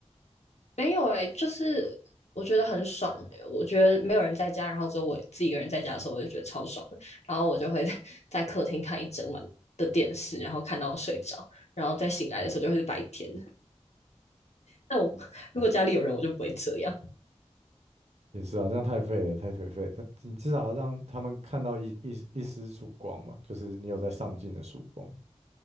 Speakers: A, on the left (about 70°); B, on the right (about 70°).
A: 没有哎、欸就是我觉得很爽、欸，我觉得没有人在家，然后只有我自己一个人在家的时候，我就觉得超爽的。然后我就会 <laughs> 在客厅看一整晚的电视，然后看到睡着，然后再醒来的时候就会是白天。但我 <laughs> 如果家里有人，我就不会这样。
B: <laughs> 也是啊，这样太废了，太颓废了你至少要让他们看到一一一丝曙光嘛，就是你有在上进的曙光，